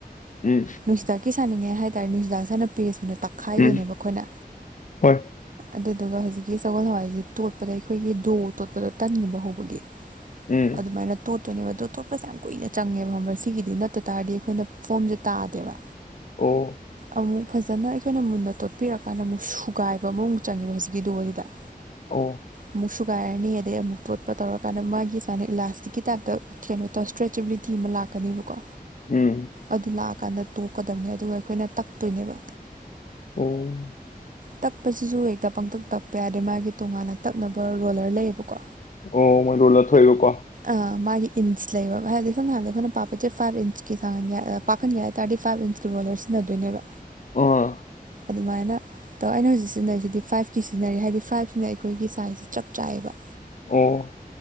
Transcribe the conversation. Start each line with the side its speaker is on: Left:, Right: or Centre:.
Left: ꯎꯝ
Right: ꯅꯨꯡꯁꯤꯗꯥꯛꯀꯤ ꯁꯥꯟꯅꯤꯡꯉꯦ ꯍꯥꯏꯇꯥꯔꯗꯤ ꯅꯨꯡꯁꯤꯗꯥꯛ ꯁꯦ ꯍꯅ ꯄꯦꯁ ꯇꯛꯈꯥꯏꯗꯣꯏꯅꯦꯕ
Left: ꯎꯝ
Right: ꯑꯩꯈꯣꯏꯅ
Left: ꯍꯣꯏ
Right: ꯑꯗꯨ ꯑꯗꯨꯒ ꯍꯨꯖꯤꯛꯀꯤ ꯁꯒꯣꯜ ꯍꯋꯥꯏꯖꯦ ꯇꯣꯠꯄꯗ ꯑꯩꯈꯣꯏꯒꯤ ꯗꯣ ꯇꯣꯠꯄꯗꯣ ꯇꯟ ꯒꯨꯝꯕ ꯍꯧꯕꯒꯤ
Left: ꯎꯝ
Right: ꯑꯗꯨꯃꯥꯏꯅ ꯇꯣꯠꯇꯣꯏꯅꯦꯕ ꯗꯣ ꯇꯣꯠꯄꯁꯦ ꯌꯥꯝ ꯀꯨꯏꯅ ꯆꯪꯉꯦꯕ ꯈꯪꯕ꯭ꯔ ꯁꯤꯒꯤꯗꯤ ꯅꯠꯇ ꯇꯥꯔꯗꯤ ꯈꯣꯏꯅ ꯐꯣꯝꯖꯦ ꯇꯥꯗꯦꯕ
Left: ꯑꯣ
Right: ꯑꯃꯨꯛ ꯐꯖꯅ ꯑꯩꯈꯣꯏꯅ ꯃꯨꯟꯅ ꯇꯣꯠꯄꯤꯔꯛꯀꯥꯟꯗ ꯑꯃꯨꯛ ꯁꯨꯒꯥꯏꯕ ꯑꯃꯃꯨꯛ ꯆꯪꯉꯦꯕ ꯍꯨꯖꯤꯛꯀꯤ <unintelligible>
Left: ꯑꯣ
Right: ꯑꯃꯨꯛ ꯁꯨꯒꯥꯏꯔꯅꯤ ꯑꯗꯩ ꯑꯃꯨꯛ ꯇꯣꯠꯄ ꯇꯧꯔꯀꯥꯟꯗ ꯃꯥꯒꯤ ꯁ꯭ꯃꯥꯏꯅ ꯏꯂꯥꯁꯇꯤꯛꯀꯤ ꯇꯥꯏꯞꯇ ꯀꯩꯅꯣ ꯇꯧ ꯁ꯭ꯇꯔꯦꯠꯆꯦꯕꯤꯂꯤꯇꯤ ꯌꯨꯝꯃ ꯂꯛꯀꯅꯤꯕꯀꯣ
Left: ꯎꯝ
Right: ꯑꯗꯨ ꯂꯛ ꯀꯥꯟꯗ ꯇꯣꯛꯀꯗꯕꯅꯦ ꯑꯗꯨꯒ ꯑꯩꯈꯣꯏꯅ ꯇꯛꯇꯣꯏꯅꯦꯕ
Left: ꯑꯣ
Right: ꯇꯛꯄꯁꯤꯁꯨ ꯍꯦꯛꯇ ꯄꯪꯇꯛ ꯇꯛꯄ ꯌꯥꯗꯦ ꯃꯥꯒꯤ ꯇꯣꯉꯥꯟꯅ ꯇꯛꯅꯕ ꯔꯣꯂ꯭ꯔ ꯂꯩꯌꯦꯕꯀꯣ
Left: ꯑꯣ ꯃꯣꯏ ꯔꯣꯂ꯭ꯔ ꯊꯣꯛ ꯑꯦꯕꯀꯣ
Right: ꯑꯥ ꯃꯥꯒꯤ ꯏꯟꯁ ꯂꯩꯕ ꯍꯥꯏꯗꯤ ꯁꯝꯅ ꯍꯥꯏꯔꯕꯗ ꯑꯩꯈꯣꯏꯅ ꯄꯥꯄ꯭ꯔꯠꯁꯦ ꯐꯥꯏꯚ ꯏꯟꯁꯀꯤ ꯆꯥꯡ ꯄꯥꯛꯈꯟꯒꯦ ꯍꯥꯏ ꯇꯥꯔꯇꯤ ꯐꯥꯏꯚ ꯏꯟꯁꯀꯤ ꯔꯣꯂ꯭ꯔꯁꯤ ꯅꯗꯣꯢꯅꯦ ꯕ
Left: <unintelligible>
Right: ꯑꯗꯨꯃꯥꯏꯅ ꯇꯣ ꯑꯩꯅ ꯍꯨꯖꯤꯛ ꯁꯤꯖꯤꯟꯅꯔꯤ ꯁꯤꯗꯤ ꯐꯥꯏꯚꯀꯤ ꯁꯤꯖꯤꯟꯅꯔꯤ ꯍꯥꯏꯗꯤ ꯐꯥꯏꯚꯁꯤꯅ ꯑꯩꯈꯣꯏꯒꯤ ꯁꯥ꯭ꯏꯖꯁꯦ ꯆꯞ ꯆꯥꯏꯌꯦꯕ
Left: ꯑꯣ